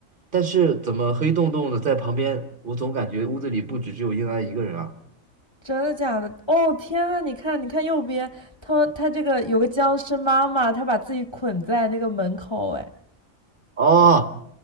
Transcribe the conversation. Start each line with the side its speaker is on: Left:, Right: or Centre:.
Right: 但是怎么黑洞洞的在旁边？我总感觉屋子里不止只有婴儿一个人啊。
Left: 真的假的？哦，天呐，你看，你看右边，他他这个有个僵尸妈妈，她把自己捆在那个门口，哎，
Right: 哦，